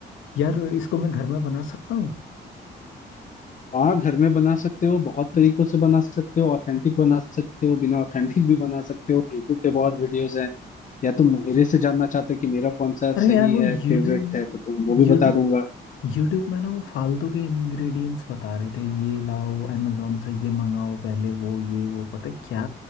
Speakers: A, on the left (about 80°); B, on the left (about 40°).
A: यार इसको मैं घर में बना सकता
B: हाँ घर में बना सकते हो बहुत तरीकों से बना सकते हो ऑथेंटिक बना सकते हो बिना ऑथेंटिक भी बना सकते हो यूट्यूब पे बहुत वीडियोस हैं या तुम
A: हूँ
B: मेरे से जानना चाहते हो कि मेरा कौन सा
A: अरे
B: सही
A: यार वो
B: है
A: यूट्यूब
B: फेवरेट
A: में
B: है तो तुम वो भी
A: यूट्यूब
B: बता दूंगा
A: यूट्यूब में ना वो फालतू के इंग्रेडिएंट्स बता रहे थे ये लाओ अमेजोन से ये मंगाओ पहले वो ये वो पता है क्या